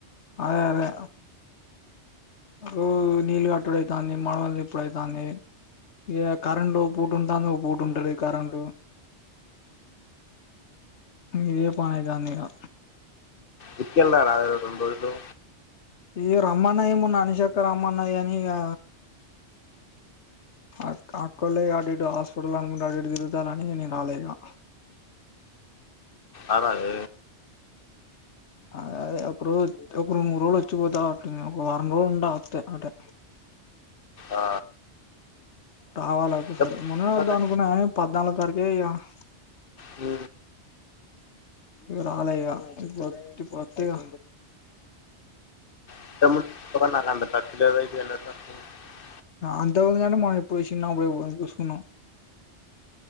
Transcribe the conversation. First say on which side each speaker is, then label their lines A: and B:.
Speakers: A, on the left (about 75°); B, on the left (about 55°).
A: అదే అదే ఓ నీళ్లు కట్టుడు అయితాంది. మడవలు దిప్పుడైతాంది ఇగా కరెంట్ ఒక పూట ఉంటాది, ఒక పూట ఉంటా లేదు కరెంటు. ఇదే పని అయితాంది. ఇగా
B: ఇంటికి వెళ్ళారాదే రెండు గ్రోళ్లు
A: ఇగా రమన్నాది మొన్న అనూషక్క రమాన్నాది ఇగా అక్క అక్కోల్దే కాబట్ ఇటు హాస్పిటల్ అనుకుంటా అటు ఇటు తిరుగుతాలని నేను రాలే ఇగా
B: అద అం
A: అదే అదే ఒక రోజు ఒక రెండు మూడు రోజులు వచ్చిపోతా అంటు ఉంది. ఒక వారం రోజులు ఉండ వత్తే అటే
B: ఆ,
A: రావాలి ఒకసారి
B: ఇంతకుముందు
A: ఏయా హ
B: హ
A: ఇగా రాలే ఇగా ఇప్ ఇప్పుడు వత్తె ఇగా
B: ఇంత ముంద్ <unintelligible> <unintelligible>
A: అంటావ్ కదా అంటే మనం ఎప్పుడు చిన్నప్పుడు ఎప్పుడో చూసుకున్నాం.